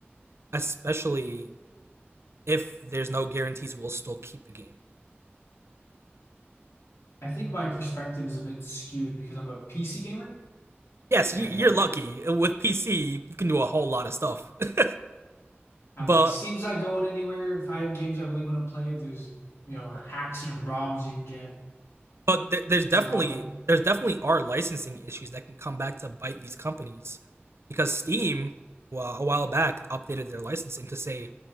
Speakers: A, on the right; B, on the left.
A: especially if there's no guarantees we'll still keep the game.
B: I think my perspective is a bit skewed because I'm a PC gamer
A: Yes,
B: and
A: you're
B: like
A: lucky. With PC, you can do a whole lot of stuff. <laughs>
B: I'm
A: but
B: like Steam's not going anywhere. If I have games I really want to play, there's you know hacks and ROMs you can get.
A: but th- there's definitely
B: There's a lot of wiggle. room.
A: there's definitely are licensing issues that can come back to bite these companies because Steam well, a while back updated their licensing to say